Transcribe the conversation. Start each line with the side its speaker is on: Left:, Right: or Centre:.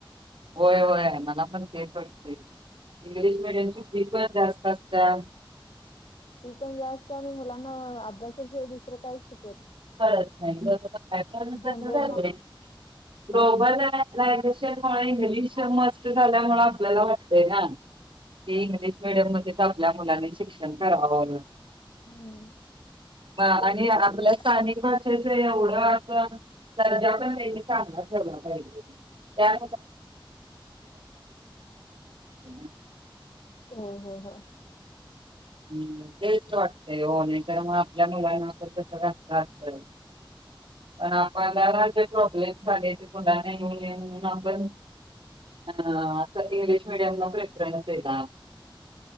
Right: होय होय मला पण तेच वाटतंय इंग्लिश मिडियमची फी पण जास्त असतय
Left: तफी पण जास्त आणि मुलांना अभ्यासाशिवाय दुसरं काय शिक
Right: कळत नाही‌ बरोबर आहे
Left: जनरल नॉ बाकी
Right: ग्लोबल ला ऍडमिशन इंग्लिश मस्त झाल्यामुळे आपल्याला वाटतय ना ते इंग्लिश मिडियम मध्ये आपल्या मुलांनी शिक्षण कराव
Left: हम्म
Right: आणि
Left: पण ते
Right: आपल
Left: नाही
Right: स्थानिक भाषेच एवढं असन राजा पण त्यां चांगला ठेवला पाहिजे त्या <unintelligible>
Left: हो हो हो
Right: हम्म तेच वाटतंय हो नाही तर मग आपल्या मुलांना तर कस असत
Left: <inaudible>
Right: पण आपल्याला जे प्रॉब्लेम झाले ते मुलांना येऊ नये म्हणून आपण अ अस इंग्लिश मिडियमला प्रेफरन्स दिला